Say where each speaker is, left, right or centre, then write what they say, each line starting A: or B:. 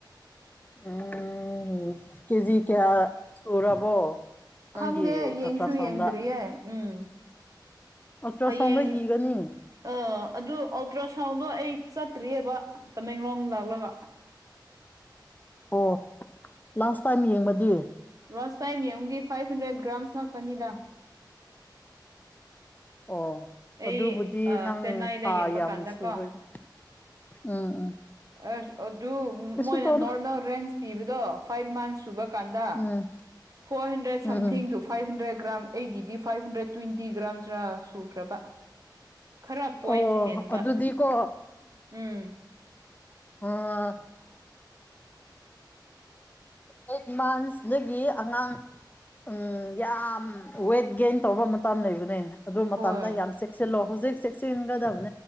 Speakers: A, on the left (about 20°); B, on the right (about 50°).
A: ꯎꯝ ꯀꯦꯖꯤ ꯀꯌꯥ ꯁꯨꯔꯕꯣ ꯅꯪꯒꯤ
B: ꯈꯪꯗꯦ ꯌꯦꯡꯁꯨ
A: ꯑꯜꯇ꯭ꯔ ꯁꯥꯎꯟꯗ
B: ꯌꯦꯡꯗ꯭ꯔꯤꯌꯦꯦ ꯎꯝ
A: ꯑꯜꯇ꯭ꯔ
B: ꯍꯌꯦꯡ
A: ꯁꯥꯎꯟꯗ ꯏꯒꯅꯤ
B: ꯑ ꯑꯗꯨ ꯑꯜꯇ꯭ꯔ ꯁꯥꯎꯟꯗꯣ ꯑꯩ ꯆꯠꯇ꯭ꯔꯤꯑꯕ ꯇꯃꯦꯡꯂꯣꯡ ꯂꯥꯛꯂꯒ
A: ꯑꯣ ꯂꯥꯁ ꯇꯥꯏꯝ ꯌꯦꯡꯕꯗꯤ
B: ꯂꯥꯁ ꯇꯥꯏꯝ ꯌꯦꯡꯉꯨꯗꯤ ꯐꯥꯏꯚ ꯍꯟꯗ꯭ꯔꯦꯠ ꯒ꯭ꯔꯥꯝꯁ ꯉꯥꯛꯄꯅꯤꯗ
A: ꯑꯣ
B: ꯑꯩ
A: ꯑꯗꯨꯕꯨꯗꯤ
B: ꯑ
A: ꯅꯪ
B: ꯆꯦꯟꯅꯥꯏꯗ
A: ꯊꯥ
B: ꯌꯦꯡꯕ
A: ꯌꯥꯝ
B: ꯀꯥꯟꯗ
A: ꯁꯨꯔꯣꯏꯅꯦ
B: ꯀꯣ
A: ꯎꯝ ꯎꯝ
B: ꯑꯁ ꯑꯗꯨ
A: ꯀꯩꯁꯨ
B: ꯃꯣꯏꯅ
A: ꯇꯧꯔꯣꯏ
B: ꯅꯣꯔꯃꯦꯜ ꯔꯦꯟꯁ ꯄꯤꯕꯗꯣ ꯐꯥꯏꯚ ꯃꯟꯁ ꯁꯨꯕ ꯀꯥꯟꯗ
A: ꯎꯝ
B: ꯐꯣꯔ ꯍꯟꯗ꯭ꯔꯦꯠ ꯁꯝꯊꯤꯡꯗꯨ
A: ꯎꯝ ꯎꯝ
B: ꯐꯥꯏꯚ ꯍꯟꯗ꯭ꯔꯦꯠ ꯒ꯭ꯔꯥꯝ ꯑꯩꯒꯤꯗꯤ ꯐꯥꯏꯚ ꯍꯟꯗ꯭ꯔꯦꯠ ꯇ꯭ꯋꯦꯟꯇꯤ ꯒ꯭ꯔꯥꯝꯁꯔ ꯁꯨꯈ꯭ꯔꯕ ꯈꯔ ꯄꯣꯏꯟꯁ
A: ꯑꯣ
B: ꯍꯦꯟꯕ
A: ꯑꯗꯨꯗꯤꯀꯣ
B: ꯎꯝ
A: ꯑꯣ
B: ꯎ
A: ꯑꯩꯠ ꯃꯟꯁꯗꯒꯤ ꯑꯉꯥꯡ ꯎꯝ ꯌꯥꯝ ꯋꯦꯠ ꯒꯦꯟ ꯇꯧꯕ ꯃ ꯇꯝ ꯂꯩꯕꯅꯦ ꯑꯗꯨ ꯃꯇꯝꯗ
B: ꯍꯣꯏ
A: ꯌꯥꯝ ꯆꯦꯛꯁꯤꯜꯂꯣ ꯍꯧꯖꯤꯛ ꯆꯦꯛꯁꯤꯟꯒꯗꯕ